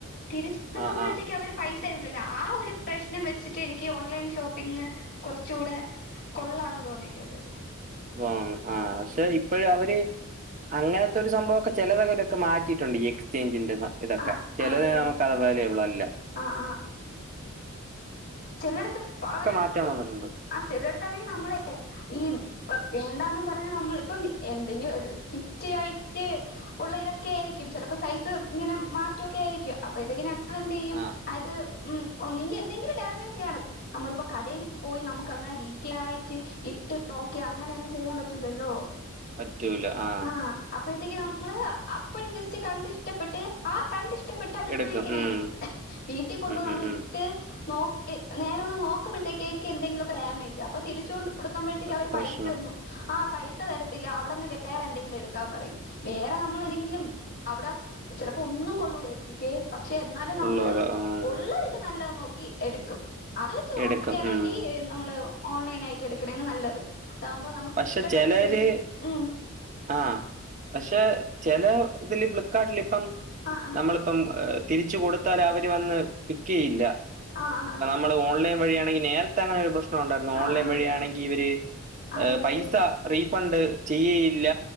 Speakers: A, on the left; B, on the right.
A: തിരിച്ച് കൊടുക്കുമ്പോഴത്തേക്ക്
B: ആ ആ
A: അവര് പൈസ തരൂലല്ലോ ആ ഒര് പ്രശ്നം വെച്ചിട്ട് എനിക്ക് ഓൺലൈൻ ഷോപ്പ് പിന്നെ കൊറച്ചൂടെ കൊള്ളാന്ന് തോന്നിയിട്ടുണ്ട്
B: ഉം ആഹ് പക്ഷെ ഇപ്പോഴ് അവര് അങ്ങനത്തൊരു സംഭവയൊക്കെ - ചെലത് അവരൊക്കെ മാറ്റിട്ടൊണ്ട് ഈ എക്സ്ചേഞ്ചിന്റേത് ഇതൊക്കെ
A: ആഹ്
B: ചെലത്
A: അതെ അതെ
B: നമുക്ക് അത് പോലെ ഉള്ളൂ എല്ലാം
A: ആഹ് ചെല്ലെടുത്ത് അവര്
B: മാറ്റാൻ വന്നിട്ടുണ്ട്
A: ആഹ് ചെല്ലെടുത്താണെങ്കി നമ്മള് തന്നെ ഈ വേണ്ടാന്നും പറഞ്ഞ നമ്മളിപ്പൊ എന്തെങ്കിലും ഒരു ഫിറ്റി ആയിട്ട് - ഉള്ള ഇതൊക്കെ ആയിരിക്കും ചെലപ്പോ സൈസ് ഇങ്ങനെ മാറ്റം ഒക്കെ ആയിരിക്കും അപ്പൊഴ് ത്തെക്കിനും - നമ്മള് എന്ത് ചെയ്യും
B: ആഹ്
A: അത് ഉം ഒന്നുകി എന്തെങ്കിലും ഡാമേജ് കാണും നമ്മളിപ്പോ കടയിൽ പോയി നമുക്ക് അങ്ങനെ ഡീറ്റയിൽ ആയിട്ട് ഇട്ട് നോക്കി അങ്ങനെയൊന്നും ചെയ്യാൻ പറ്റൂലല്ലോ
B: പറ്റൂല ആഹ്
A: ആഹ് അപ്പോഴത്തേക്ക് നമ്മള് അപ്പഴ് ജസ്റ്റ് കണ്ട് ഇഷ്ടപ്പെട്ട് ആഹ് കണ്ട് - ഇഷ്ട്ടപ്പെട്ട് അങ്ങനെ
B: എടുക്കും
A: വാങ്ങിക്കണേയാണ്
B: ഉം
A: വീട്ടിൽ കൊണ്ടോന്ന്
B: ഉം
A: നമ്മള്
B: ഉം ഉം
A: ഇട്ട് നോ- നേരെ ഒന്ന് നോക്കുമ്പഴേക്കക്ക് എനിക്ക് എന്തെങ്കിലൊക്കെ ഡാമേജ് അപ്പൊ തിരിച്ചു കൊ - കൊടുക്കുമ്പോഴത്തേക്ക്
B: പ്ര-
A: അവര്
B: പ്രശ്നം
A: പൈസ ഒന്നും ആ പൈസ തരത്തില്ല അവിടെന്ന്- വേറെ എന്തെങ്കിലും എടുക്കാൻ പറയും വേറെ നമ്മള് എന്തെങ്കിലും - അവിടെ ചെലപ്പോ ഒന്നും കൊള്ളൂലാരിക്കും എ <unintelligible> ക്ക് പക്ഷെ എന്നാലും
B: ഉള്ളോരോ
A: നമ്മള്
B: ആഹ്
A: ഉള്ളതില് നല്ലത് നോക്കി എടുക്കും അത് വെച്ച് നോക്കുകയാണെങ്കി
B: എടുക്കും ഉം
A: നമ്മള് ഓൺലൈൻ ആയിട്ട് എടുക്കണാണ് നല്ലത് ആകുമ്പോ നമുക്ക്
B: പക്ഷെ
A: ഇഷ്ടപ്പെട്ടില്ലെങ്കിൽ
B: ചിലര്
A: ഉം
B: ആഹ് പക്ഷെ ചെല ഇതില് ഫ്ലിപ്കാർട്ടിൽ ഇപ്പം
A: ആ ആ
B: നമ്മള് - ഇപ്പം തിരിച്ചു കൊടുത്താൽ അവര് വന്ന് പിക്ക് ചെയ്യില്ല
A: ആഹ് ആഹ് ആഹ്
B: നമ്മള് ഓൺലൈൻ വഴിയാണെിൽ നേരത്തെ അങ്ങനെ പ്രശ്നം ഉണ്ടായി
A: ആ
B: ഓൺലൈൻ
A: ആ ആ
B: വഴിയാണെങ്കി ഇവര്-
A: അതെ
B: പൈസ
A: അതെ
B: റീഫണ്ട് - ചെയ്യയില്ല